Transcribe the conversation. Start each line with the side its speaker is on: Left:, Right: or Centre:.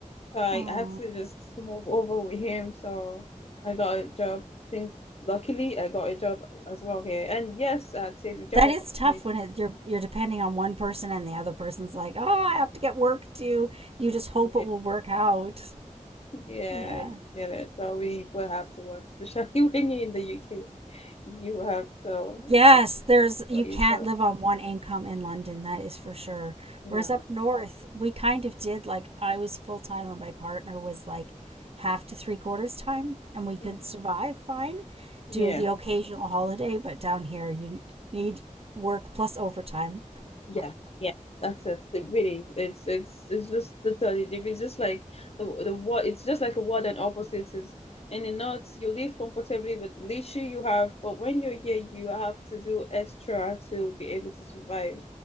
Left: so I
Right: oh
Left: had to just move over with him. So I got a job. Things luckily I got a job as well here, and yes, I'd say the job
Right: that
Left: opportunity.
Right: is tough when it, you're you're depending on one person and the other person's like oh i have to get work too you just hope
Left: Yeah,
Right: it will work out
Left: yeah,
Right: yeah
Left: I get it. So we will have to work, especially <laughs> when you're in the UK. you have to
Right: Yes, there's you
Left: what you
Right: can't
Left: show.
Right: live on one income in London, that is for sure.
Left: No,
Right: Whereas up north, we kind of did like I was full time and my partner was like half to three quarters time and we could
Left: no.
Right: survive fine,
Left: Yeah,
Right: do the occasional holiday, but down here you need work plus overtime.
Left: yeah, yeah. That's it. It really, it's it's it's just totally different. It's just like the the what. It's just like a word and opposites is. In the north, you live comfortably with leisure you have, but when you're here, you have to do extra to be able to survive.